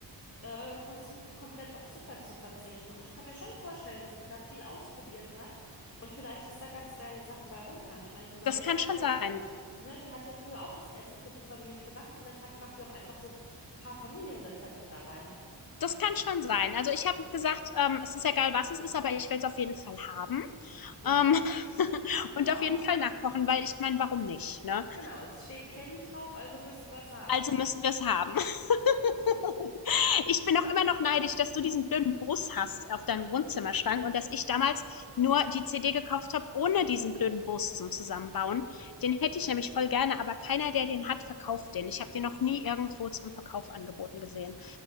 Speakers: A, on the left (about 35°); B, on the left (about 55°).
A: äh, versucht komplett auf Zucker zu verzichten. Und ich kann mir schon vorstellen, dass die da viel ausprobiert hat und vielleicht, dass da ganz geile Sachen bei rumkamen. Ich meine, die Maite
B: das kann schon
A: hat ja,
B: sein.
A: ne, die hat ja früher auch das Essen für die Familie gemacht und vielleicht hat, macht die auch einfach so ein paar Familienrezepte da rein.
B: Das kann schon sein. Also ich habe gesagt, ähm, es ist egal, was es ist, aber ich will es auf jeden Fall haben.
A: Ja,
B: Ähm, <laughs>
A: genau.
B: und auf jeden Fall nachkochen, weil ich meine, warum nicht? Ne?
A: Genau, es steht Kelly drauf, also müssen wir es haben.
B: Also müssen wir es haben. <laughs> ich bin auch immer noch neidisch, dass du diesen blöden Bus hast auf deinem Wohnzimmerschrank und dass ich damals nur die CD gekauft habe, ohne diesen blöden Bus zum Zusammenbauen. Den hätte ich nämlich voll gerne, aber keiner, der den hat, verkauft den. Ich habe den noch nie irgendwo zum Verkauf angeboten gesehen.